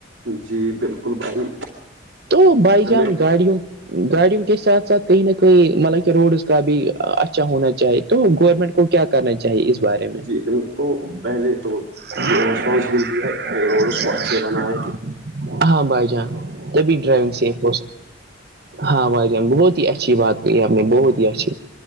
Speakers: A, on the right; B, on the right.
A: جی بالکل بھائی
B: تو بائی
A: ہمیں
B: جان گاڑیوں <unintelligible> گاڑیوں کے ساتھ ساتھ کہیں نہ کہیں مطلب کہ روڈز کا بھی اچھا ہونا چاہی تو گورنمنٹ کو کیا کرنا چاہیے اس بارے میں
A: جی ان کو پہلے تو
B: <unintelligible>
A: یہ ریسپانسبلٹی ہے کہ روڈس کو اچھے بنائے
B: ہاں بائی جان <unintelligible> تبھی ڈرائیونگ سیف ہوک ہاں وائی جان بہت ہی اچھی بات کہ آپ نے بہت ہی اچھا